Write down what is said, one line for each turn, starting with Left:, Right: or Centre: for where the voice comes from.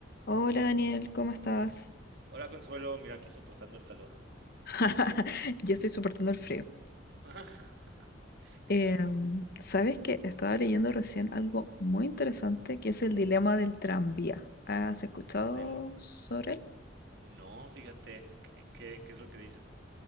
Left: Hola Daniel, ¿cómo estás?
Right: Hola Consuelo, mira aquí soportando el calor.
Left: <laughs> Yo estoy soportando el frío.
Right: Ajá, <laughs> qué
Left: Em,
Right: envidia.
Left: ¿sabes que Estaba leyendo recién algo muy interesante que es el dilema
Right: Ajá.
Left: del tranvía. ¿Has escuchado
Right: Del
Left: sobre él?
Right: no, fíjate, ¿qué, qué- qué es lo que dice?